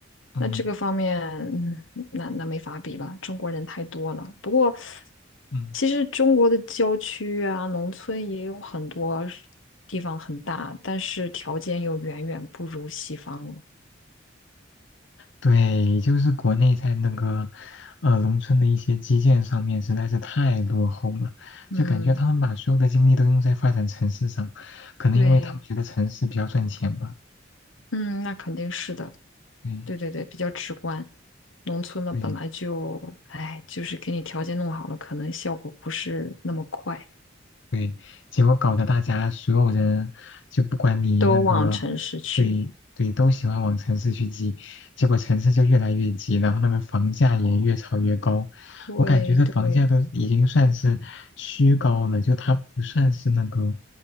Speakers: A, on the left; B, on the left.
A: 嗯
B: 那这个方面，嗯那那没法比了，中国人太多了。不过，
A: 嗯，
B: 其实中国的郊区啊、农村也有很多是地方很大，但是条件又远远不如西方了
A: 对，就是国内在那个，呃，农村的一些基建上面实在是太落后了，
B: 嗯，
A: 就感觉他们把所有的精力都用在发展城市上，可能因为他们觉得城市比较赚钱吧。
B: 对，嗯，那肯定是的，
A: 对
B: 对对对，比较直观。农村嘛，
A: 对。
B: 本来就，哎，就是给你条件弄好了，可能效果不是那么快，
A: 对，结果搞得大家所有人就不管你那个，
B: 都往城市去。
A: 对对，都喜欢往城市去挤，结果城市就越来越挤，然后那个房价也越炒越高。
B: 对对，
A: 我感觉这房价都已经算是虚高了，就它不算是那个